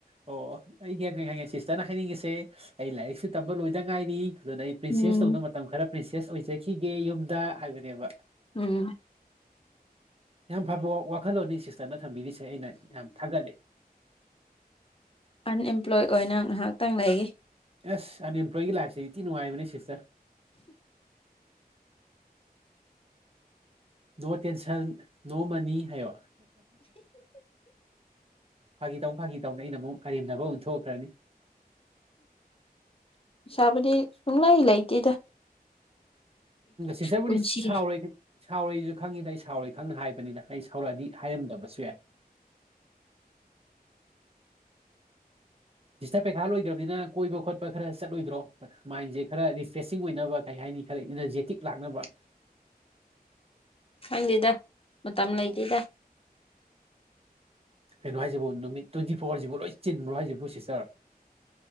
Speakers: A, on the right; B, on the left.
A: ꯑꯣ ꯑꯣ ꯑꯩ ꯈꯪꯉꯦ ꯈꯪꯉꯦ ꯁꯤꯁꯇꯔꯅ ꯍꯥꯏꯅꯤꯡꯉꯤꯁꯦ ꯑꯩ ꯂꯥꯏꯔꯤꯛꯁꯨ ꯇꯝꯕ ꯂꯣꯏꯗ ꯉꯥꯏꯔꯤ ꯑꯗꯨꯅ ꯑꯩ
B: ꯎꯝ
A: ꯄ꯭ꯔꯤꯟꯁꯦꯁ ꯇꯧꯅ ꯃꯇꯝ ꯈꯔ ꯄ꯭ꯔꯤꯟꯁꯦꯁ ꯑꯣꯏꯖꯈꯤꯒꯦ ꯌꯨꯝꯗ ꯍꯥꯏꯕꯅꯦꯕ
B: ꯎꯝ
A: ꯌꯥꯝ ꯐꯕ ꯋꯥꯈꯜꯂꯣꯟꯅꯤ ꯁꯤꯁꯇꯔꯅ ꯊꯝꯕꯤꯔꯤꯁꯦ ꯑꯩꯅ ꯌꯥꯝ ꯊꯥꯒꯠꯂꯤ
B: ꯑꯟꯑꯦꯝꯄ꯭ꯂꯣꯏ ꯑꯣꯏꯅ ꯉꯥꯏꯍꯥꯛꯇꯪ ꯂꯩꯌꯦ
A: ꯑꯁ ꯑꯟꯑꯦꯝꯄ꯭ꯂꯣꯏꯒꯤ ꯂꯥꯏꯐꯁꯦ ꯊꯤ ꯅꯨꯉꯥꯏꯕꯅꯦ ꯁꯤꯁꯇꯔ ꯅꯣ ꯇꯦꯟꯁꯟ ꯅꯣ ꯃꯅꯤ ꯍꯥꯏꯌꯣ ꯐꯥꯒꯤ ꯇꯧꯅꯤ ꯐꯥꯒꯤ ꯇꯧꯅꯤ ꯑꯩꯅ ꯑꯃꯨꯛ ꯀꯔꯦꯝꯅꯕ ꯑꯃꯨꯛ ꯊꯣꯛꯈ꯭ꯔꯅꯤ
B: ꯁꯕꯨꯗꯤ ꯁꯨꯡꯂꯩ ꯂꯩꯇꯦꯗ
A: ꯁꯤꯁꯇꯔꯕꯨꯗꯤ
B: ꯄꯨꯟꯁꯤ
A: ꯁꯥꯎꯔꯣꯏ ꯁꯥꯎꯔꯣꯏꯁꯨ ꯈꯪꯉꯤꯗ ꯑꯩ ꯁꯥꯎꯔꯣꯏ ꯈꯪꯅ ꯍꯥꯏꯕꯅꯤꯗ ꯑꯩ ꯁꯧꯔꯛꯑꯗꯤ ꯍꯥꯏꯔꯝꯗꯕꯁꯨ ꯌꯥꯏ ꯁꯤꯁꯇꯔ ꯄꯩꯈꯥ ꯂꯣꯏꯒ꯭ꯔꯥꯝꯅꯤꯅ ꯀꯣꯏꯕ ꯈꯣꯠꯄ ꯈꯔ ꯆꯠꯂꯣꯏꯗ꯭ꯔꯣ ꯃꯥꯏꯟꯁꯦ ꯈꯔ ꯔꯤꯐ꯭ꯔꯦꯁꯤꯡ ꯑꯣꯏꯅꯕ ꯀꯩ ꯍꯥꯏꯅꯤ ꯈꯔ ꯏꯅꯔꯖꯦꯇꯤꯛ ꯂꯥꯛꯅꯕ
B: ꯈꯪꯗꯦꯗ ꯃꯇꯝ ꯂꯩꯇꯦꯗ
A: ꯀꯩꯅꯣ ꯍꯥꯏꯁꯤꯕꯨ ꯅꯨꯃꯤꯠ ꯇ꯭ꯋꯦꯟꯇꯤ ꯐꯣꯔꯋꯥꯔꯖꯤꯕꯨ ꯂꯣꯏ ꯆꯤꯟꯕ꯭ꯔꯣ ꯍꯥꯏꯁꯤꯕꯨ ꯁꯤꯁꯇꯔ